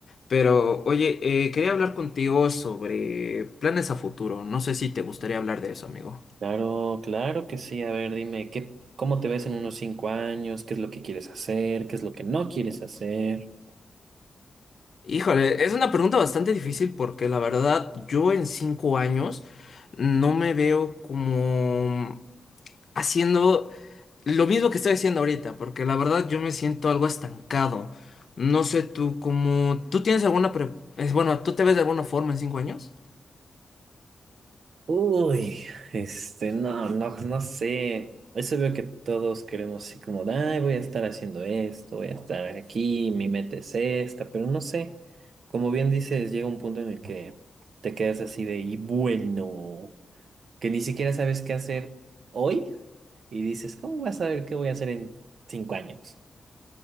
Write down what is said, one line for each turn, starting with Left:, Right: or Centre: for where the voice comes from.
Left: Pero, oye, eh, quería hablar contigo sobre planes a futuro. No sé si te gustaría hablar de eso, amigo.
Right: Claro, claro que sí. A ver, dime, ¿qué, cómo te ves en unos cinco años? ¿Qué es lo que quieres hacer? ¿Qué es lo que no quieres hacer?
Left: Híjole, es una pregunta bastante difícil porque la verdad yo en cinco años no me veo como haciendo Lo mismo que estoy haciendo ahorita, porque la verdad yo me siento algo estancado. No sé tú cómo... ¿Tú tienes alguna... pre- es, Bueno, ¿tú te ves de alguna forma en cinco años?
Right: Uy, este, no, no, no sé. Eso veo que todos queremos así como, de, ay, voy a estar haciendo esto, voy a estar aquí, mi meta es esta, pero no sé. Como bien dices, llega un punto en el que te quedas así de, y bueno, que ni siquiera sabes qué hacer hoy y dices, ¿cómo vas a saber qué voy a hacer en cinco años?